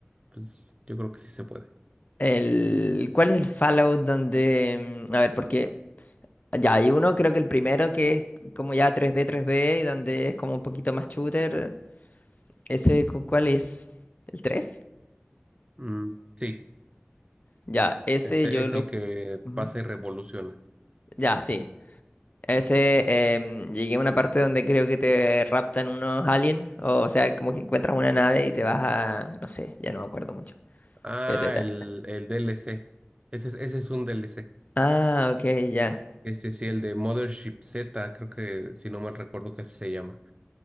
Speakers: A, on the right; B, on the left.
A: pues yo creo que sí se puede.
B: El, ¿cuál es el Fallout donde... mm, A ver, porque... Ya, hay uno, creo que el primero que es como ya 3D, 3D y donde es como un poquito más shooter. ¿Ese cu- cuál es? ¿El tres
A: Mm, sí,
B: Ya, ese
A: ese
B: yo
A: es
B: lo...
A: el
B: ju-
A: que
B: Ujú.
A: pasa y revoluciona.
B: Ya, sí. Ese, em, llegué a una parte donde creo que te raptan unos aliens, o, o sea, como que encuentras una nave y te vas a, no sé, ya no me acuerdo mucho,
A: Ah,
B: pero era...
A: el, el DLC. Ese es, ese es un DLC.
B: Ah, ok, ya.
A: Ese sí, el de Mothership Z, creo que si no mal recuerdo que así se llama.